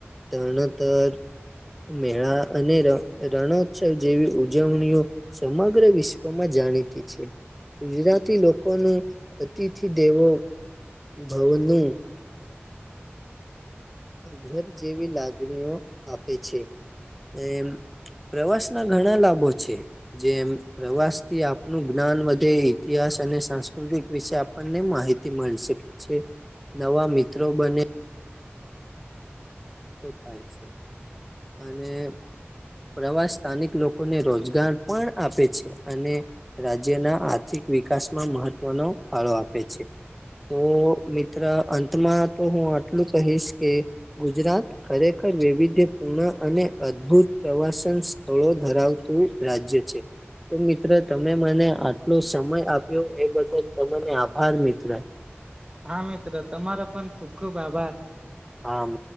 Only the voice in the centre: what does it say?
ત નંતર મેળા અને રણોત્સવ જેવી ઉજવણીઓ સમગ્ર વિશ્વમાં જાણીતી છે. ગુજરાતી લોકોનું અતિથિ દેવો ભવનું ઘર જેવી લાગણીઓ આપે છે, એ પ્રવાસ ના ઘણા લાભો છે. જેમ પ્રવાસ થી આપનું જ્ઞાન વધે ઇતિહાસ અને સાંસ્કૃતિક વિશે માહિતી મળી શકે છે, નવા મિત્રો બને. થાય છે, અને પ્રવાસ સ્થાનિક લોકોને રોજગાર પણ આપે છે, અને રાજ્યના આર્થિક વિકાસમાં મહત્વનો ફાળો આપે છે. તો મિત્ર અંતમાં તો હું આટલું કહીશ કે ગુજરાત ખરેખર વિવિધ્ય પૂર્ન અને અદભુત પ્રવાસન સ્થળો ધરાવતું રાજ્ય છે. તો મિત્ર તમે મને આટલો સમય આપ્યો એ બદલ તને આભાર મિત્ર.
હા મ.